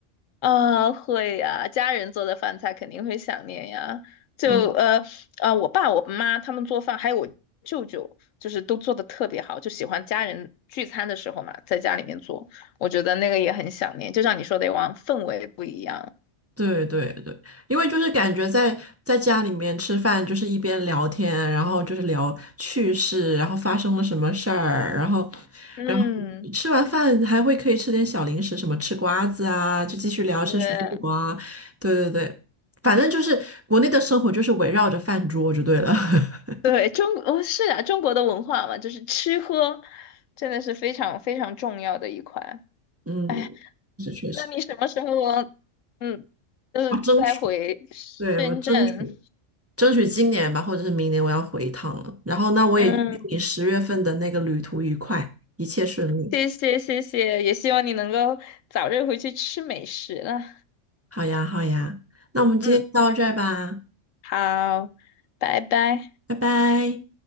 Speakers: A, on the left; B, on the right.
A: 啊，会呀，家人做的饭菜肯定会想念呀。就呃啊，
B: 嗯，
A: 我爸、我妈他们做饭，还有我舅舅，就是都做的特别好，就喜欢家人聚餐的时候嘛，在家里面做，我觉得那个也很想念。就像你说的往氛围不一样。
B: 对对对，因为就是感觉在在家里面吃饭，就是一边聊天，然后就是聊趣事，然后发生了什么事儿，然后
A: 嗯，
B: 然后吃完饭还会可以吃点小零食，什么吃瓜子啊，就继续聊吃水果啊。
A: 对
B: 对对对，反正就是国内的生活就是围绕着饭桌就对了。<laughs>
A: 对，中哦是啊，中国的文化嘛，就是吃喝真的是非常非常重要的一块。
B: 嗯，
A: 哎，
B: 是确实，
A: 那你什么时候嗯，就是再回深圳？
B: 啊，争取，对，我争取争取今年吧，或者是明年我要回一趟了。然后那我也预祝你十月份的那个旅途愉快，
A: 嗯。
B: 一切顺利。
A: 谢谢谢谢，也希望你能够早日回去吃美食了。
B: 好呀，好呀，那我们今天就到这儿吧，
A: 嗯，好，拜拜。
B: 拜拜。